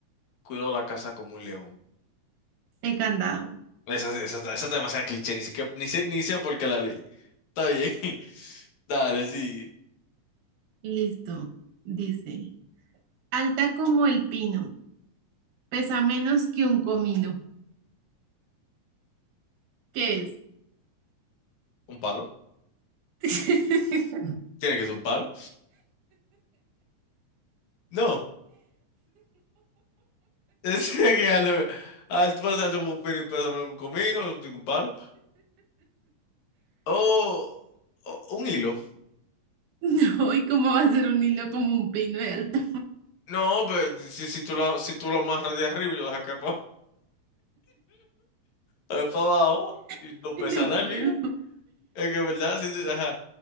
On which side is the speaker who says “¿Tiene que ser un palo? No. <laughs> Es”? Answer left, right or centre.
Left